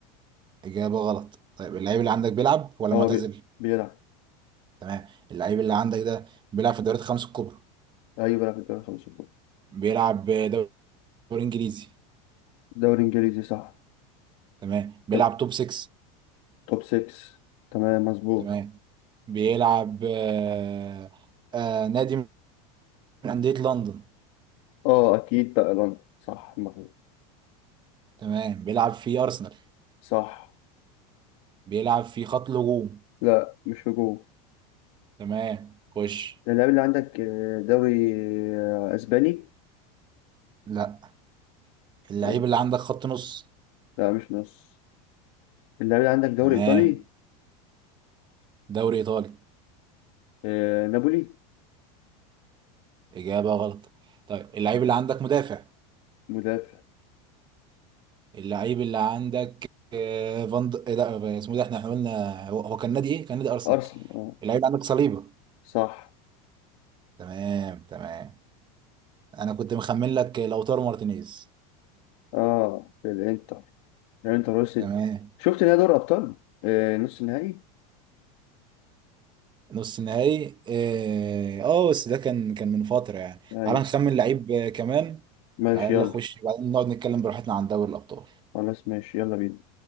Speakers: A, on the right (about 25°); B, on the left (about 65°).
A: اجابة غلط طيب اللعيب اللي عندك بيلعب ولا
B: اه
A: معتزل
B: بي... بيلعب
A: تمام اللعيب اللي عندك ده بيلعب في الدوريات الخمس الكبرى
B: ايوه بيلعب في الدوري الخمسة الكبرى
A: بيلعب دوري انجليزي
B: دوري انجليزي صح
A: تمام بيلعب
B: طب
A: توب 6
B: توب 6 تمام مظبوط
A: تمام بيلعب آه، آه، نادي من أندية لندن
B: اه اكيد بقى لندن صح المغرب
A: تمام بيلعب في ارسنال
B: صح
A: بيلعب في خط الهجوم
B: لا مش هجوم
A: تمام خش
B: اللاعب اللي عندك آه، دوري آه، اسباني
A: لا اللعيب
B: آه،
A: اللي عندك خط نص
B: لا مش نص اللاعب اللي عندك دوري
A: تمام
B: ايطالي
A: دوري ايطالي
B: آه، نابولي
A: اجابه غلط طيب اللعيب اللي عندك مدافع
B: مدافع
A: اللعيب اللي عندك آه، فان د... إيه لا اسمه ده احنا احنا قلنا هو هو كان نادي ايه كان نادي ارسنال
B: ارسنال اه
A: اللعيب اللي عندك صليبه
B: صح
A: تمام تمام انا كنت مخمن لك لوتارو مارتينيز
B: اه الانتر الانتر وصلت
A: تمام
B: شفت نهائي دوري ابطال آه نص النهائي
A: نص نهائي اه آه، بس ده كان كان من فتره يعني
B: ايوه
A: تعال نخمن لعيب آه، كمان
B: ماشي
A: تعال
B: يلا
A: يلا خش بعدين نقعد نتكلم براحتنا عن دوري الابطال
B: خلاص ماشي يلا بينا